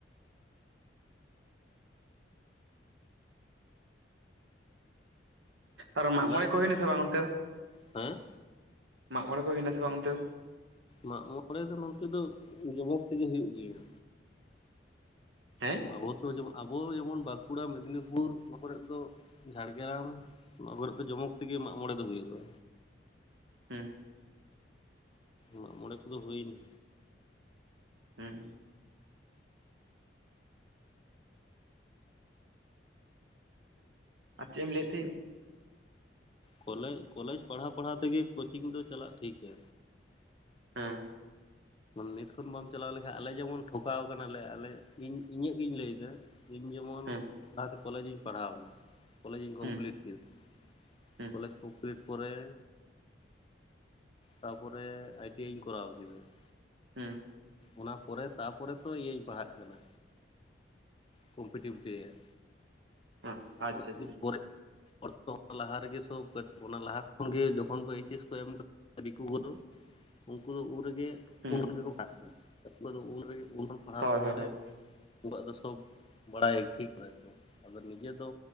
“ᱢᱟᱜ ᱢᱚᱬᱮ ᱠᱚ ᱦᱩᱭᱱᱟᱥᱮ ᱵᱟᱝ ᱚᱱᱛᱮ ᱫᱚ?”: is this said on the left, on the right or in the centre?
Right